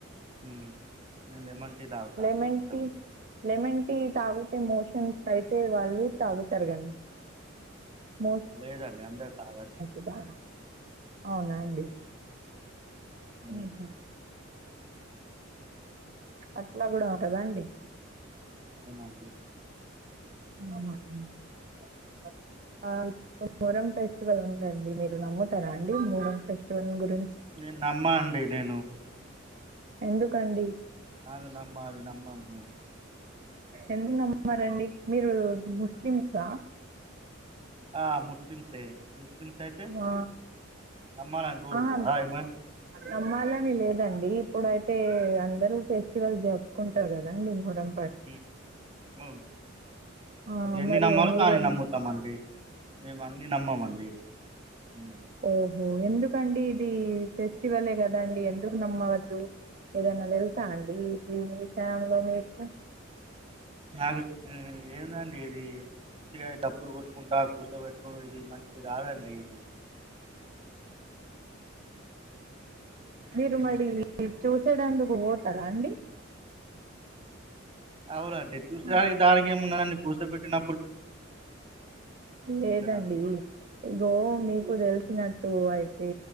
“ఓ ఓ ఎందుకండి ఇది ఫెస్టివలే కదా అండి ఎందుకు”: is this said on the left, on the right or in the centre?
Right